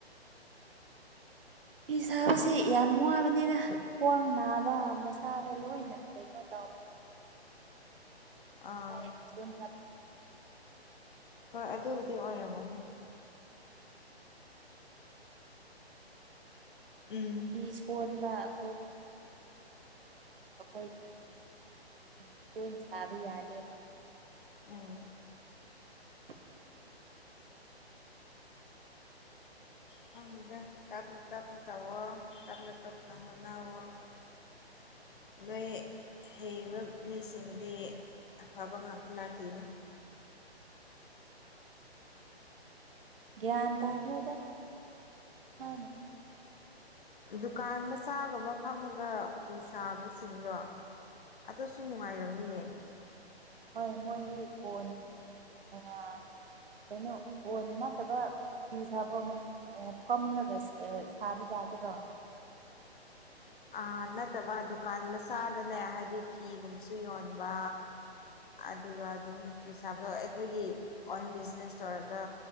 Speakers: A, on the right; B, on the left.
A: ꯐꯤ ꯁꯥꯕꯁꯤ ꯌꯥꯝ ꯋꯥꯕꯅꯤꯗ ꯈ꯭ꯋꯥꯡ ꯅꯥꯕ ꯃꯁꯥꯗ ꯂꯣꯏꯅ ꯀꯩꯅꯣ ꯇꯧ
B: <unintelligible> ꯑꯥ
A: ꯃꯁꯥ ꯌꯥꯝ ꯁꯣꯟꯊꯕꯅꯤ
B: ꯍꯣꯏ ꯑꯗꯨꯕꯨꯗꯤ ꯑꯣꯏꯔꯝꯒꯅꯤ
A: <unintelligible> <unintelligible>
B: ꯎꯝ
A: ꯃꯤꯁꯣꯟꯕ <unintelligible> <unintelligible> ꯇꯣꯏꯅ ꯁꯥꯕ ꯌꯥꯗꯦꯕ
B: ꯑꯥ ꯈꯪꯗꯦꯗ ꯇꯞꯅ ꯇꯞꯅ ꯇꯧꯑꯣ ꯇꯞꯅ ꯇꯞꯅ ꯍꯣꯠꯅꯧꯑꯣ <unintelligible> ꯅꯣꯏ ꯍꯩꯕ ꯃꯤꯁꯤꯡꯗꯤ ꯑꯐꯕ ꯉꯥꯛꯇ ꯂꯥꯛꯈꯤꯒꯅꯤ <unintelligible>
A: ꯒ꯭ꯌꯥꯟ ꯇꯥꯗꯦꯗ <unintelligible>
B: ꯗꯨꯀꯥꯟ ꯃꯆꯥꯒꯨꯝꯕ ꯐꯝꯃꯒ ꯐꯤ ꯁꯥꯕꯁꯤꯡꯗꯣ ꯑꯗꯨꯁꯨ ꯅꯨꯡꯉꯥꯏꯔꯝꯅꯤꯌꯦ
A: ꯍꯣꯏ ꯃꯣꯏꯒꯤ ꯀꯣꯟ ꯍꯦꯟꯅ ꯀꯩꯅꯣ ꯀꯣꯟ ꯅꯠꯇꯕ ꯐꯤ ꯁꯥꯐꯝ ꯑꯦ ꯐꯝꯂꯒ ꯁ ꯑꯦ ꯁꯥꯕꯒꯤ ꯌꯥꯗꯔꯣ
B: <unintelligible> ꯑꯥ ꯅꯠꯇꯕ ꯗꯨꯀꯥꯟ ꯃꯆꯥꯗꯅꯦ ꯍꯥꯏꯗꯤ ꯐꯤꯒꯨꯝꯕꯁꯨ ꯌꯣꯟꯕ ꯑꯗꯨꯒ ꯑꯗꯨꯝ ꯐꯤ ꯁꯥꯥꯕꯗꯣ ꯑꯩꯈꯣꯏꯒꯤ ꯑꯣꯏꯟ ꯕꯤꯖꯤꯅꯦꯁ ꯇꯧꯔꯒ